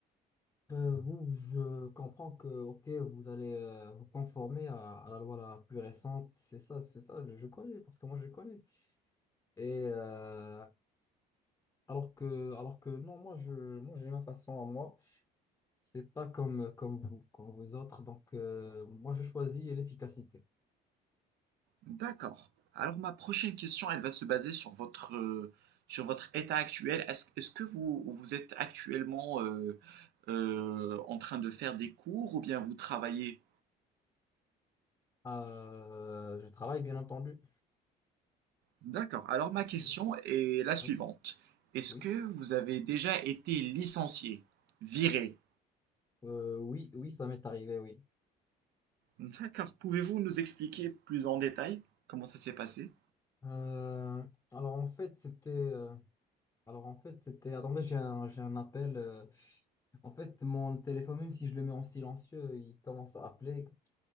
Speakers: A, on the left; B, on the right.
A: euh, vous, je comprends que, ok, vous allez euh, vous conformer à, à la loi la plus récente. C'est ça, c'est ça, je connais, parce que moi, je connais. Et euh, alors que, alors que non, moi, je, moi, j'ai ma façon à moi. C'est pas comme, comme vous, comme vous autres. Donc, euh, moi, je choisis l'efficacité.
B: D'accord. Alors ma prochaine question, elle va se baser sur votre, euh, sur votre état actuel. Est-ce, est-ce que vous, vous êtes actuellement euh, euh, en train de faire des cours ou bien vous travaillez?
A: Euh, je travaille, bien entendu.
B: D'accord. Alors ma question
A: Oui,
B: est la suivante.
A: oui.
B: Est-ce
A: oui.
B: que vous avez déjà été licencié, viré?
A: Euh, oui, oui, ça m'est arrivé, oui.
B: D'accord. Pouvez-vous nous expliquer plus en détail comment ça s'est passé?
A: Euh, alors en fait, c'était, euh, alors en fait, c'était. Attendez, j'ai un, j'ai un appel. euh, En fait, mon téléphone, même si je le mets en silencieux, il commence à appeler